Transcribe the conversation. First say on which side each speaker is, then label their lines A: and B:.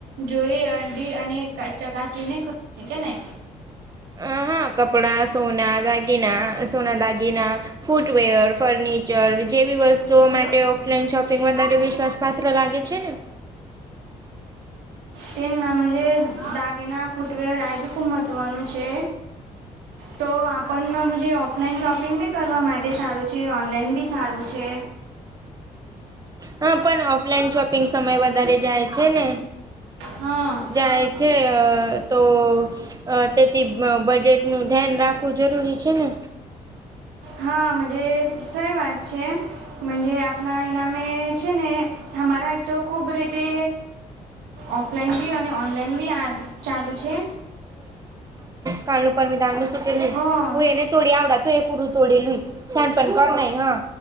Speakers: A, on the right; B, on the right.
A: જોઈ અંડી અને ચકાસીને ખ કેને.
B: અ હા કપડા, સોના, દાગીના, સોના દાગીના, ફૂટવેર, ફર્નિચર ચર જેવી વસ્તુઓ માટે ઓફલાઈન શોપિંગ વધારે વિશ્વાસ પાત્ર લાગે છે ને.
A: તેમના એ દાગીના, ફૂટવેર આ બી ખૂબ મહત્વનું છે. તો આપણને જે ઓફલાઈન શોપિંગ બી કરવા માટે સારું છે, ઓનલાઈન બી સારું છે.
B: હા પણ ઓફલાઈન શોપિંગ સમય વધારે જાય છે ને.
A: હા.
B: જાય છે તો અ તેથી બજેટ નું ધ્યાન રાખવું જરૂરી છે ને.
A: હા મજે સઈ વાત છે. મજે આપના ઇનામે છે ને અમારા તો ખૂબ રીતે ઓફલાઈન બી અને ઓનલાઈન બી આ ચાલુ છે.
B: કાનુ પરમીદાન નું સુટે લે
A: હં
B: હું એને <unintelligible> તોડી આવડા તું એ પૂરું તોડી લુઈ છેનપન ઘ નહી હા